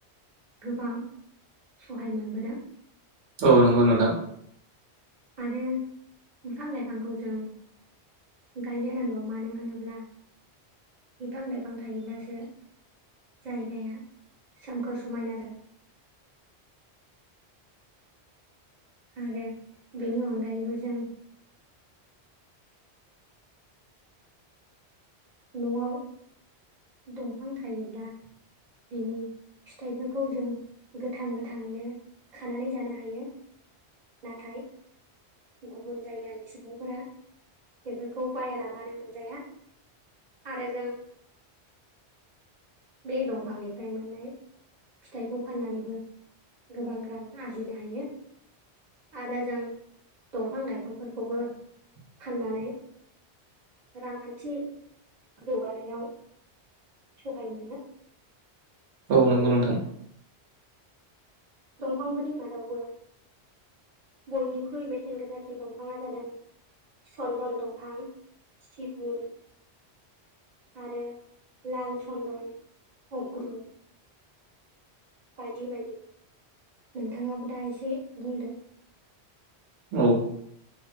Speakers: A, on the right; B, on the right.
A: गोबां सहाय मोनबोदों
B: औ नंगौ नोंथां
A: आरो बिफां लाइफांखौ जों गायनो नांगौ मानो होनोब्ला बिफां लाइफां थायोब्लासो जायगाया सोमखोर समायना जाया ।
B: <inaudible>
A: आरो बेनि अनगायैबो जों न'आव दंफां थायोब्ला बिनि फिथाइफोरखौ जों गोथां गोथाङैनो खानानै जानो हायो । नाथाय गुबुन जायगानि सुबुंफोरा बेफोरखौ बायालाबानो मोनजाया आरो जों बे दंफांनिफ्राय मोननाय फिथाइखौ फाननानैबो गोबां रां आरजिनो हायो आरो जों दंफां लाइफांफोरखौबो फाननानै रांखान्थि जौगानायाव सहाय मोनो
B: औ
A: जेरैबायदि
B: नंगौ नोंथां
A: दंफांफोरनि मादावबो बयनिख्रुइ बेसेन गोसासिन दंफाङा जादों सन्दन दंफां सिगुन आरो लाल चन्दन उग्रु बायदि बायदि नोंथाङाबो दा एसे बुंदो
B: औ